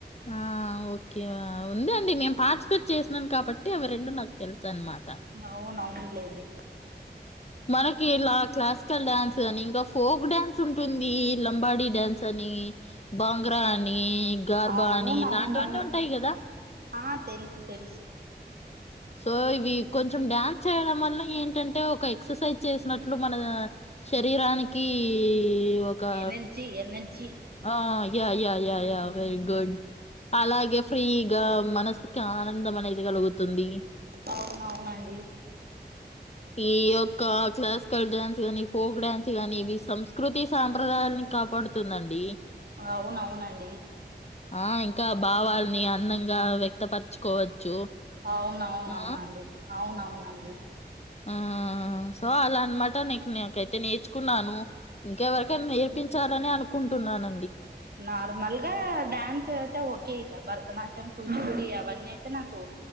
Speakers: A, on the left (about 40°); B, on the right (about 65°).
A: ఆ ఓకే ఉంది అండి నేను పార్టిసిపేట్ చేసినాను కాబట్టి అవి రెండు నాకు తెలుసు అన్నమాట
B: అవునవునులేండి
A: మనకి ఇలా క్లాసికల్ డ్యాన్స్ అని ఇంకా ఫోక్ డ్యాన్స్ ఉంటుంది లంబాడీ డ్యాన్స్ అని బంగ్రా అని
B: అవునవునవును
A: బాని ఇలాంటివన్నీ ఉంటాయి గదా
B: ఆ తెలుసు తెలుసు
A: ఓయి వీవ్ కొంచెం డ్యాన్స్ చేయడం వల్ల ఏంటంటే ఒక ఎక్సర్సైజ్ చేసినట్లు మన శరీరానికి ఒకా
B: ఎనర్జీ ఎనర్జీ
A: అ yeah yeah yeah very good అలాగే ఫ్రీగ్ అ మనసుకి ఆనందం అనేది కలుగుతుంది
B: అవునవునండి
A: ఈయొక్క క్లాస్ క్కల్ డ్యాన్స్ గానీ ఫోక్ డ్యాన్స్ గానీ ఇవి సంస్కృతి సాంప్రదాయాలని కాపాడుతుందండి
B: అవునవునండి
A: ఆ ఇంకా భావాల్ని అందంగా వ్యక్తపరచుకోవచ్చు
B: అవునవునవునండి
A: ఆ
B: అవునవునండి
A: ఆ సో అలా అనమాట నీకు నాకైతే నేర్చుకున్నాను ఇంకెవరికైనా నేర్పించాలని అనుకుంటున్నాను
B: నార్మల్గా డ్యాన్స్ అయితే ఓకే ఇట్లగు భరతనాట్యం కూచిపూడి అవన్నీ అయితే నాకు